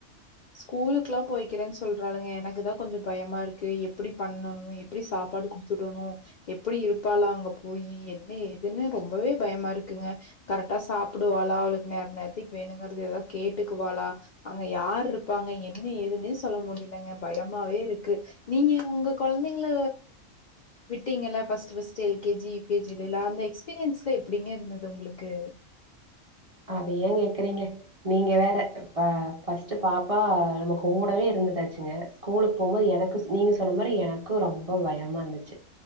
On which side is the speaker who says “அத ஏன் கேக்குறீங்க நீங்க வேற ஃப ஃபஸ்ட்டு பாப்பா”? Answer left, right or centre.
Right